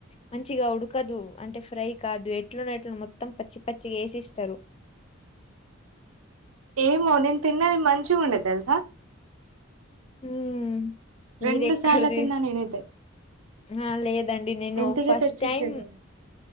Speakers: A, on the left; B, on the right.
A: మంచిగా ఉడకదు అంటే ఫ్రై కాదు ఎట్లనో అట్ల మొత్తం పచ్చి పచ్చిగా వేసేస్తారు
B: ఏమో నేను తిన్నది మంచిగా ఉండే తెలుసా
A: ఉ మీరు
B: రెండు
A: ఎక్కడిది
B: సార్లు తిన్నా నేనైతే
A: ఆ లేదండి నేను
B: ఇంటికే
A: ఫస్ట్
B: తెచ్చిచ్చిర్రు
A: టైం